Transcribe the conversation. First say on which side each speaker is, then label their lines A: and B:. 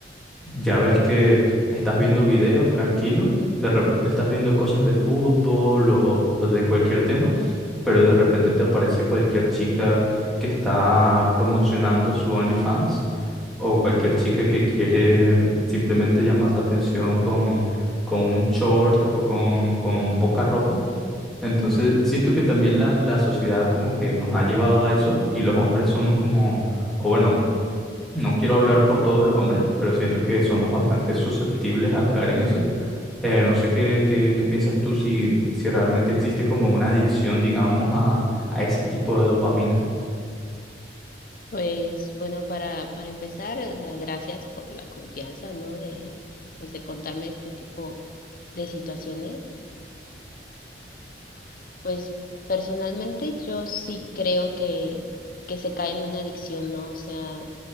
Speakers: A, in the centre; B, on the left.
A: ya ves que estás viendo videos tranquilo, de repente estás viendo cosas de fútbol o, o de cualquier tema, pero de repente te aparece cualquier chica que está promocionando su OnlyFans o cualquier chica que quiere mm, simplemente llamar la atención con, con un short o con, con poca ropa. Entonces siento que también la, la sociedad como que nos ha llevado a eso y los hombres somos como, o bueno, no quiero hablar por todos los hombres, pero siento que somos bastante susceptibles a caer en eso. Eh, no sé qué, qué, qué piensas tú si, si realmente existe como una adicción, digamos, a, a ese tipo de dopamina.
B: Pues bueno, para, para empezar, o sea, gracias por la confianza, ¿no? De, pues, de contarme este tipo de situaciones. Pues personalmente yo sí creo que, que se cae en una adicción, ¿no? O sea,